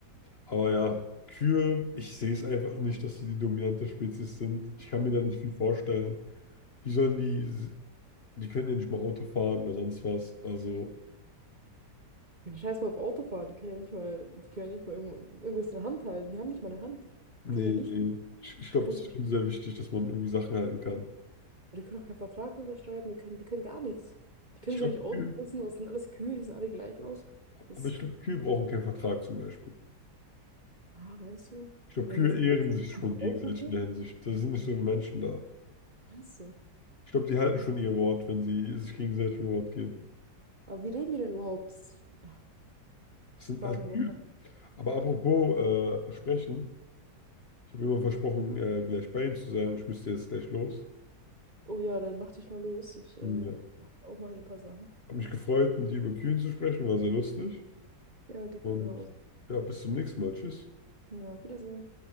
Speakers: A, on the left (about 40°); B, on the right (about 35°).
A: Aber ja,
B: hm.
A: Kühe, ich sehe es einfach nicht, dass sie die dominante Spezies sind. Ich kann mir da nicht viel vorstellen. Wie sollen die Die können ja nicht mal Auto fahren oder sonst was. Also,
B: ja, scheiß mal auf Autofahren. Die können ja nicht mal, die können ja nicht mal irgendwo, irgendwas in der Hand halten. Die haben nicht mal eine Hand.
A: nee,
B: Die können ja nicht.
A: nee. Ich, ich glaube,
B: Die können,
A: das ist schon sehr wichtig, dass man irgendwie Sachen halten kann.
B: die können auch keinen Vertrag unterschreiben. Die können, die können gar nichts. Die können
A: Ich
B: sich
A: glaube,
B: ja nicht ausweisen.
A: Kühe,
B: Das sind alles Kühe, die sehen alle gleich aus. Das,
A: aber ich glaube, Kühe brauchen keinen Vertrag zum Beispiel.
B: ah, meinst du?
A: Ich glaube,
B: Ja,
A: Kühe
B: wenn sie in
A: ehren
B: die Welt,
A: sich schon
B: in die
A: gegenseitig
B: Welt gehen,
A: in der Hinsicht. Da sind nicht so wie Menschen da.
B: meinst du?
A: Ich glaube, die halten schon ihr Wort, wenn sie sich gegenseitig ein Wort geben.
B: Aber wie reden die denn überhaupt? Das- Ja,
A: Es sind
B: Fragen
A: halt Kühe.
B: wir.
A: Aber apropos äh, Versprechen. Ich habe immer versprochen, äh, gleich bei ihm zu sein. und Ich müsste jetzt gleich los.
B: Oh ja, dann mach dich mal los. Ich äh,
A: Ja.
B: mach auch mal hier ein paar Sachen.
A: Habe mich gefreut, mit dir über Kühen zu sprechen. War sehr lustig.
B: Ja, geht
A: Und
B: mir genauso.
A: ja, bis zum nächsten Mal. Tschüss.
B: Ja, auf Wiedersehen.